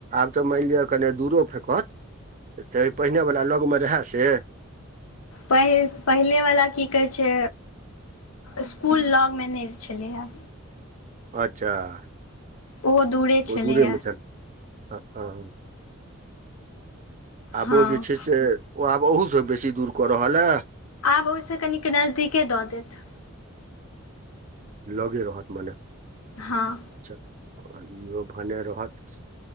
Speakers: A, on the right (about 35°); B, on the left (about 80°).
A: आब तऽ मानि लिअ कने दूरो फेंकत। तऽ पहिनेवला लगमे रहए से।
B: पहिल पहिलेवला की कहै छै इसकुल लगमे नय छलै हेँ।
A: अच्छाऽ
B: ओहो दूरे
A: ओ
B: छलैए
A: दूरेमे छल हँ हं आबो
B: हँ
A: जे छै से ओ आब अहूसँ बेसी दूर कऽ रहल अ।
B: आब ओइ स कनिक नजदीके दऽ देत।
A: लगे रहतऽ भने
B: हँऽ
A: अच्छाइहोऽ भने रहतऽ